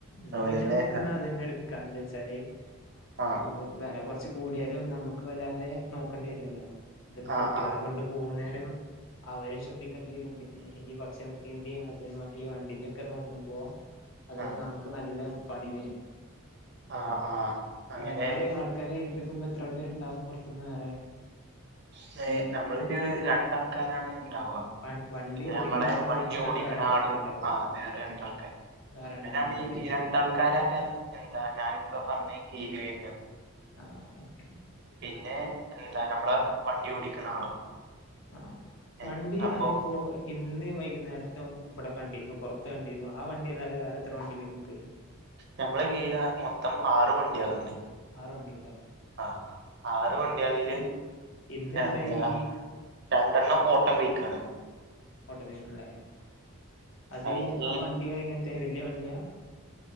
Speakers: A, on the left; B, on the right.
A: എന്നാ
B: ഓലന്നെ
A: പിന്നെ നമ്ക്ക് ന്നാ അതന്നെ എട്ക്കാ. എന്താച്ചാല്
B: ആ
A: ഈഹ് വെല കൊറച്ച് കൂടിയാലും നമ്ക്ക് വല്ലാതെ നോക്കേണ്ടി വരില്ലല്ലോ. ഇതിപ്പൊ
B: ആ ആ
A: കുട്ട്യേളെ
B: ആ
A: കൊണ്ട് പോകുന്നേരം അവരേം ശ്രദ്ധിക്കേണ്ടി വരും പിന്നെ ഈ ഭക്ഷണത്തിന്റെയും അതേ മാതിരി ഈ വണ്ടിന്റെ ഒക്കെ നോക്കുമ്പോ അത്
B: ആ
A: നമുക്ക് നല്ല പണി വരും
B: ആ ആ അങ്ങനെ
A: അത നിങ്ങള് ആൾക്കാരെ ഏൽപ്പിക്കുമ്പോ എത്ര ആൾക്കാര്ണ്ടാവും പൊറത്ത്ന്ന് വേറെ?
B: ത് നമ്മളൊരു രണ്ടാൾക്കാരാണ് ഇണ്ടാവുവാ.
A: വ വണ്ടി
B: പിന്നെ
A: ഓടിക്കുന്ന
B: നമ്മളെ
A: ആളൊഴിച്ച്ങ്ങാണ്ട്
B: വണ്ടി ഓടിക്കണ
A: വേറെ രണ്ടാൾക്കാരുണ്ടാവോ
B: ആളും ആഹ് വേറെ രണ്ടാൾക്കാരും.
A: വേറെ രണ്ടാളുണ്ടാവുംല്ലേ
B: ഇവരാണ് ഈ രണ്ടാൾക്കാരാക്കാരം, എന്താ ഞാനിപ്പോ പറഞ്ഞ കേരി വര്ന്നയാന്ന്.
A: ആഹ് ഓക്കെ
B: പിന്നെ എന്താ, നമ്മള വണ്ടി ഓടിക്കണ ആളും.
A: ആഹ് വണ്ടിയായപ്പോ
B: ഏ അപ്പൊ
A: ഇന്ന് വൈകുന്നേരത്തും ഇബടെ കണ്ടിരുന്നു പൊറത്ത് കണ്ടിരുന്നു. ആ വണ്ടി അല്ലാതെ വേറെ എത്ര വണ്ടിണ്ട് ഇങ്ങക്ക്?
B: ഞമ്മള കീയിലാ മൊത്തം ആറ് വണ്ട്യാള്ണ്ട്.
A: ആറ് വണ്ടിണ്ടോ
B: ആഹ് ആറ് വണ്ട്യാളില്
A: ഇന്നിവിടെ
B: എന്താ
A: ഈ
B: രണ്ടെണ്ണം ഓട്ടം പൊയ്‌ക്കാണ്.
A: ഓട്ടോമാറ്റിക്കല്ലേ? അത്
B: അയിന്
A: ആ വണ്ടിയോ ഇങ്ങനത്തെ വല്യ വണ്ടിയാ?